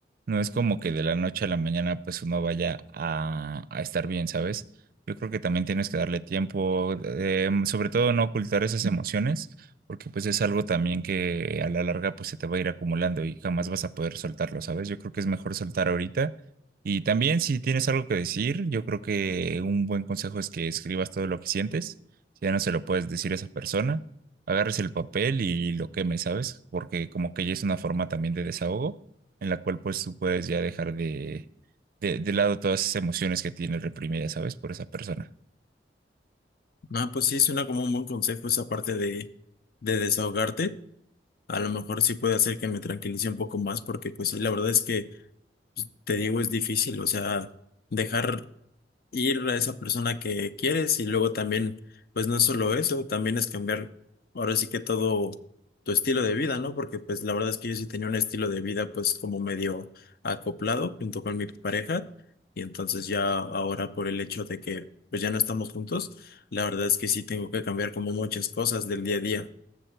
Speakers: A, on the right; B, on the left.
A: No es como que de la noche a la mañana pues uno vaya a, a estar bien, ¿sabes? Yo creo que también tienes que darle tiempo, eh, mm, sobre todo no ocultar esas emociones, porque pues es algo también que a la larga pues se te va a ir acumulando y jamás vas a poder soltarlo, ¿sabes? Yo creo que es mejor soltar ahorita. Y también si tienes algo que decir, yo creo que un buen consejo es que escribas todo lo que sientes, si ya no se lo puedes decir a esa persona agarres el papel y lo quemes, ¿sabes? Porque como que ya es una forma también de desahogo en la cual pues tú puedes ya dejar de, de, de lado todas esas emociones que tienes reprimidas, ¿sabes? Por esa persona.
B: Ah, pues sí, suena como un buen consejo esa parte de, de desahogarte. A lo mejor sí puede hacer que me tranquilice un poco más, porque pues sí, la verdad es que pues, te digo, es difícil, o sea, dejar ir a esa persona que quieres y luego también, pues no es solo eso, también es cambiar ahora sí que todo tu estilo de vida, ¿no? Porque pues la verdad es que yo sí tenía un estilo de vida pues como medio acoplado junto con mi pareja y entonces ya ahora por el hecho de que pues ya no estamos juntos, la verdad es que sí tengo que cambiar como muchas cosas del día a día.